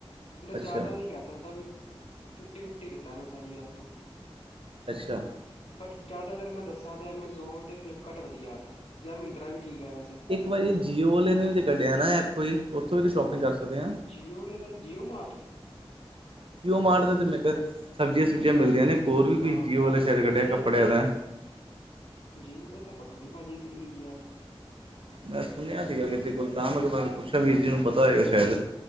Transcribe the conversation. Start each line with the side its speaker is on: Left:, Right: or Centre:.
Left: ਪਰ ਜ਼ਾਦਾ
Right: ਅੱਛਾ,
Left: ਵੀ ਨੀ ਕੈ ਸਕਦਾ, ਵੀ ਫਿਫਟੀ -ਫਿਫਟੀ ਕੀਤਾ ਮੈਂ ਸਾਰੀ ਐਪ ਤੋਂ।
Right: ਅੱਛਾ।
Left: ਬਟ, ਜਾਦਾ ਅਗਰ ਮੈਂ ਦੱਸਾਂ ਤੇ ਐਮਾਜ਼ੋਨ ਤੇ ਫਲਿੱਪਕਾਰਟ ਵਧੀਆ ਐਪ ਐ, ਯਾ ਮਿੰਤਰਾ ਵੀ ਠੀਕ ਐ ਵੈਸੇ।
Right: ਇੱਕ ਵਾਰੀ, ਜੀਓ ਵਾਲੇ ਨੇ ਵੀ ਕੱਢਿਆ ਨਾ ਐਪ ਕੋਈ, ਓਥੋਂ ਵੀ ਤੇ ਸ਼ੋਪਿੰਗ ਕਰ ਸਕਦੇ ਆਂ।
Left: ਜੀਓ ਵਲੇ ਦਾ, ਜੀਓ ਮਾਰਟ।
Right: ਜੀਓ ਮਾਰਟ ਤੇ ਮੈ ਕਆ ਸਬਜ਼ੀਆਂ ਸੁਬਜ਼ੀਆਂ ਮਿਲਦੀਆਂ ਨੇ, ਹੋਰ ਵੀ ਪੀ
Left: ਹਾਂ
Right: ਜੀਓ
Left: ਹੋਰ
Right: ਵਾਲੇ ਸ਼ੈਦ
Left: ਤੇ
Right: ਕੱਢਿਆ
Left: ਜੀਓ
Right: ਕੱਪੜਿਆਂ ਦਾ।
Left: ਜੀਓ ਦਾ ਤਾਂ ਪਤਾ ਨੀ ਪਾਜੀ, ਕੇੜੀ ਹੈਗੀ ਐਪ।
Right: ਮੈਂ ਸੁਣਿਆ ਸੀਗਾ ਕਿਸੇ ਕੋਲ ਤਾਂ, ਮਗ ਗ- ਮੈਂ ਪੁੱਛਿਆ ਵੀਰ ਜੀ ਨੂੰ ਪਤਾ ਹੋਏਗਾ, ਸ਼ੈਦ।